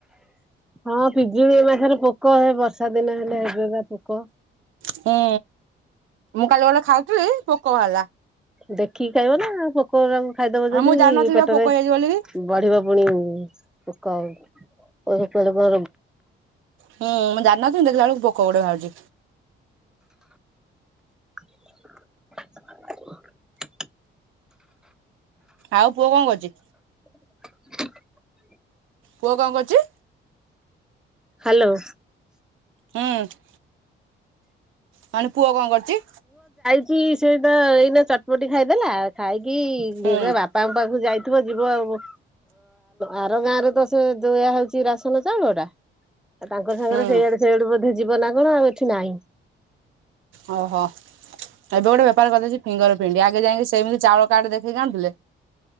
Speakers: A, in the centre; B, on the right.
A: ହଁ ପିଜୁଳି ଏ ମାସରେ ପୋକ ହେ ବର୍ଷା ଦିନ ହେଲେ ହେବେ ବା ପୋକ।
B: ହୁଁ ମୁଁ କାଲି ଗଲେ ଖାଉଥିଲି ଭୋକ ବାହାରିଲା
A: ଦେଖିକି ଖାଇବ ନା ପୋକଙ୍କୁ ଖାଇଦବ
B: ହଁ
A: ଯଦି
B: ମୁଁ ଜାଣିନଥିଲି
A: ପେଟରେ
B: ବା ପୋକ ହେଇଯାଇଛି ବୋଲିକି।
A: ବଢିବ ପୁଣି ପୋକ ବ
B: ହୁଁ ମୁଁ ଜାଣିନଥିଲି ଦେଖିଲା ବେଳକୁ ପୋକ ଗୋଟେ ବାହାରୁଛି।
A: <inaudible>
B: ଆଉ ପୁଅ କଣ କରହୁଛି
A: <inaudible>
B: ପୁହ କଣ କରୁଛି
A: ହ୍ୟାଲୋ
B: ହଁଠ ମାନେ ପୁଅ କଣ କରୁଛି
A: ସେଇଟ ଏଇନା ଚଟମଟି ଖାଇଦେଲା ଖାଇକି
B: ହୁଁ
A: ବାପାଙ୍କ ପାଖକୁ ଯାଇ ିବ ଯିବ ଆଉ ଆର ଗାଁ ରେ ତ ସେ ଯୋଉୟ ହଉଛି ରାସନ ଚାଉଳଟା ଆଉ ତାଙ୍କ ସାଙ୍ଗରେ
B: ହୁଁ
A: ସେଇଆଡ ସେଇଆଡୁ ବଧେ ଯିବ ନା କଣ ଆଉ ଏଠି ନାହିଁ
B: ଓହୋ ଏବେ ଗୋଟେ ବେପାର କରିଦେଇଛି ଫିଙ୍ଗର ଫିଣ୍ଡି ଆଗେ ଯାଇକି ସେମିତି ଚାଉଳ କାଡେ ଦେଖିକି ଆଣୁଥିଲେ